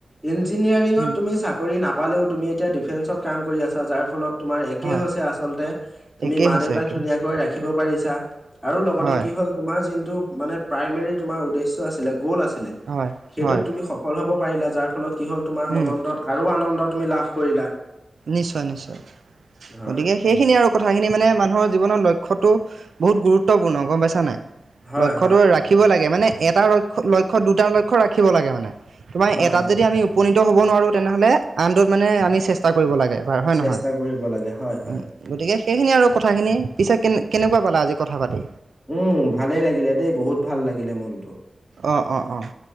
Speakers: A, in the centre; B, on the right.
A: ইঞ্জিনিয়াৰিংত
B: উম,
A: তুমি চাকৰি না পালেও তুমি এতিয়া ডিফেন্সত কাম কৰি আছা যাৰ ফলত তোমাৰ একেই
B: হয়
A: হৈছে আচলতে তুমি
B: একেই
A: মা
B: হৈছে
A: দেউতাক
B: একেই
A: ধুনীয়াাকৈ
B: হৈছে
A: ৰাখিব পাৰিছা, আৰু লগতে
B: হয়
A: কি হ'ল তোমাৰ যোনটো মানে প্ৰাইমেৰী তোমাৰ উদ্দেশ্য আছিলে, গ'ল আছিলে,
B: হয়
A: সেইটোত
B: হয়
A: তুমি সফল হব পাৰিলা যাৰ ফলত কি হ'ল তোমাৰ মনন্দত
B: উম,
A: আৰু আনন্দ তুমি লাভ কৰিলা
B: নিশ্চয় নিশ্চয়।
A: হয়
B: গতিকে সেইখিনি আৰু কথাখিনি মানে মানুহৰ জীৱনৰ লক্ষ্যত বহুত গুৰুত্বপূৰ্ণ গম পাইছা নাই?
A: হয়
B: লক্ষটো
A: হয়
B: ৰাখিব লাগে মানে এটা লক্ষ লক্ষ্য দুটা লক্ষ্য ৰাখিব লাগে মানে তোমাৰ
A: হয়
B: এটাত
A: হয়
B: যদি আমি উপনীত হ'ব নোৱাৰো তেনেহলে আনটোত মানে আমি চেষ্টা কৰিব লাগে হয়
A: চেষ্টা
B: নহয়।
A: কৰিব লাগে হয় হয়
B: উ গতিকে সেইখিনি আৰু কথাখিনি পিছে কে কেনেকুৱা পালা আজি কথা পাতি।
A: উম ভালেই লাগিলে দেই। বহুত ভাল লাগিলে মনটো
B: অ' অ' অ'